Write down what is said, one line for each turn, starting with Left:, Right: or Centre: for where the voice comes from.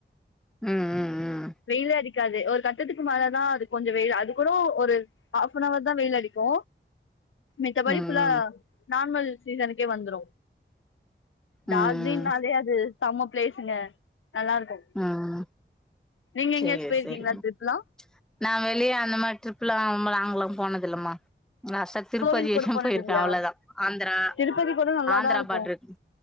Centre: ம் ம்
Left: வெயிலே அடிக்க க்காது ஒரு கட்டத்துக்கு மேலதா அது கொஞ்சோ வெயில் அது கூட ஒரு ஹாஃப் அவர் தா வெயில் அடிக்கு மித்தபடி
Centre: ம் ம்
Left: ஃபுல்ல நார்மல் சீசனுக்கே வந்துரு
Centre: ம்
Left: டார்ஜிலிங்னாலே அது சேம்ம பிளேஸுங்க நல்லா இருக்கு
Centre: ம்
Left: நீங்க
Centre: சேரி
Left: எங்கயாச்சு போயிருக்கீங்களா
Centre: சேரிமா
Left: டிரிப்லா
Centre: நா வெளியே அந்த மாறி ட்ரிப்லா லாங்க்லா போனதில்லமா திருப்பதி
Left: கோவில் கூட
Centre: எல்லா
Left: போனது
Centre: போயிருக்கே
Left: இல்லையா
Centre: அவ்ளோதா ஆந்திரா
Left: திருப்பதி கூட நல்லாதான்
Centre: ஆந்திரா
Left: இருக்கும்
Centre: பாடருகு